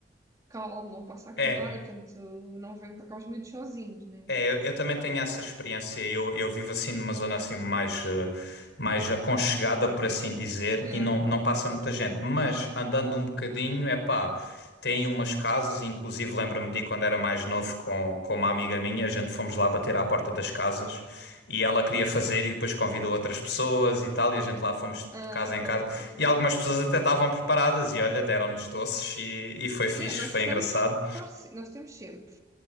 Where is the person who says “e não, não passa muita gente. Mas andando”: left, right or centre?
Left